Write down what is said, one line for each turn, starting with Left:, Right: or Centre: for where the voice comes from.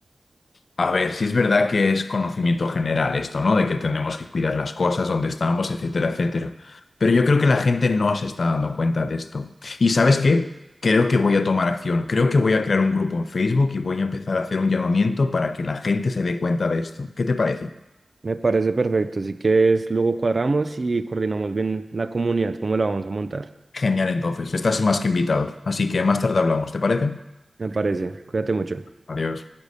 Left: A ver, si es verdad que es conocimiento general esto, ¿no? De que tenemos que cuidar las cosas, dónde estamos, etcétera, etcétera. Pero yo creo que la gente no se está dando cuenta de esto. ¿Y sabes qué? Creo que voy a tomar acción. Creo que voy a crear un grupo en Facebook y voy a empezar a hacer un llamamiento para que la gente se dé cuenta de esto. ¿Qué te parece?
Right: Me parece perfecto. Así que es, luego cuadramos y coordinamos bien la comunidad, cómo la vamos a montar.
Left: Genial, entonces. Estás más que invitado. Así que más tarde hablamos, ¿te parece?
Right: Me parece. Cuídate mucho.
Left: Adiós.